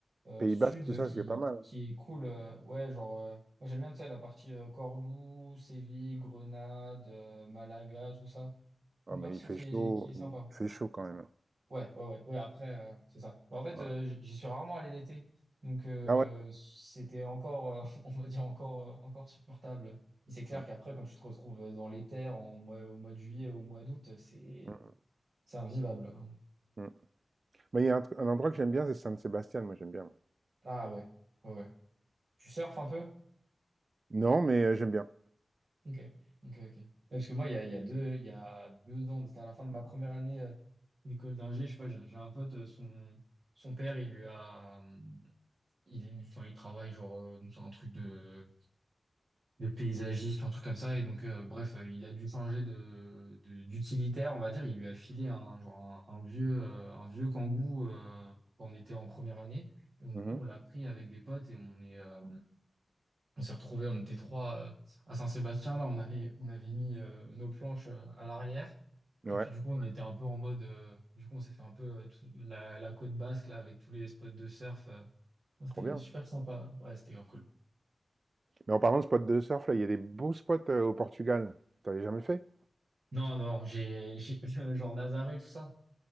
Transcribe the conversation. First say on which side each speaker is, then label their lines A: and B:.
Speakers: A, on the right (about 70°); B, on the right (about 55°).
A: euh,
B: Pays
A: sud
B: Basque, tout ça,
A: qui,
B: ce qui est pas mal. hein.
A: qui est cool. euh, ouais, genre, euh, moi j'aime bien, tu sais, la partie euh, Cordoue, Séville, Grenade, euh, Malaga, tout ça.
B: Ah,
A: Une
B: mais
A: partie
B: il fait
A: qui
B: chaud.
A: est, qui est sympa.
B: Il fait chaud quand même. hein.
A: Ouais, ouais, ouais, ouais, après, euh, c'est ça. Bah, En fait,
B: Ouais.
A: euh, j- j'y suis rarement allé l'été, donc euh,
B: Ah ouais.
A: c'était encore, euh, <laughs> on va dire, encore, euh, encore supportable. Mais C'est clair
B: Mm,
A: qu'après, quand tu te retrouves euh, dans les terres en mois- au mois de juillet, au mois d'août, c'est
B: mm,
A: c'est invivable. hein.
B: mm. Mais il y a un, tr- un endroit que j'aime bien, c'est San Sébastien. Moi, j'aime bien.
A: Ah ouais, ouais, ouais. Tu surfes un peu?
B: Non, mais euh, j'aime bien.
A: Ok, ok, ok. Ouais, Parce que moi, il y a, il y a deux, il y a deux ans, c'était à la fin de ma première année euh, d'école d'ingé, je sais pas, j'ai j'ai un pote, euh, son, son père, il lui a... hum, Il, enfin, il travaille genre euh, dans un truc de de paysagiste ou un truc comme ça. Et donc, euh, bref, euh, il a dû changer de, de- d'utilitaire, on va dire. Il lui a filé un, genre un, un vieux, euh, un vieux Kangoo euh, quand on était en première année. Et donc,
B: Mhm.
A: du coup, on l'a pris avec des potes et on est, euh, on s'est retrouvés, on était trois euh, à Saint-Sébastien. Là, on avait, on avait mis euh, nos planches euh, à l'arrière. Et
B: Ouais,
A: puis, du coup, on était un peu en mode, euh, du coup, on s'est fait un peu euh, tout- la, la côte basque, là, avec tous les spots de surf. euh. C'était
B: trop bien.
A: super sympa. Ouais, c'était grave cool.
B: Mais en parlant de spots de surf, là, il y a des beaux spots euh, au Portugal. T'avais jamais fait?
A: Non, non, j'ai, j'ai, <laughs> genre Nazaré, tout ça.